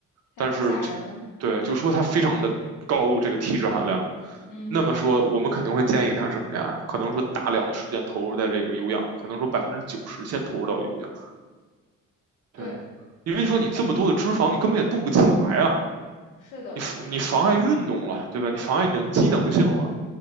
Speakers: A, on the left; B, on the right.
A: 太太吓人了。
B: 但是就对就说他非常的高这个体脂含量，
A: 嗯，
B: 那么说我们肯定会建议他什么呀？可能说大量的时间投入在这个有氧，可能说百分之九十先投入到有氧，对，
A: 对，
B: 因为说你这么多的脂肪，你根本也动不起来啊，
A: 是的，
B: 你你妨碍运动了，
A: 是的，
B: 对吧？你妨碍你的机能性了，